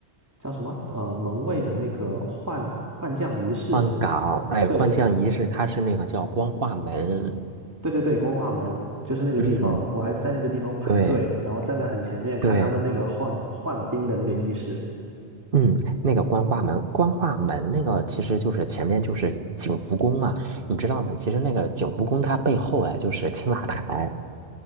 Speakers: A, on the right; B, on the right.
A: 叫什么呃门卫的那个换换将仪式。
B: 换岗，哎，
A: 对，
B: 换将仪式，它是那个叫光化门，
A: 对对对，光化门就是那个地方，
B: 嗯，
A: 我还在那个地方排队，
B: 对
A: 然后站在很前面看他们那个换换兵的那个仪式。
B: 对。嗯，那个光化门，光化门那个其实就是前面就是景福宫嘛，你知道吗？其实那个景福宫它背后啊就是青瓦台。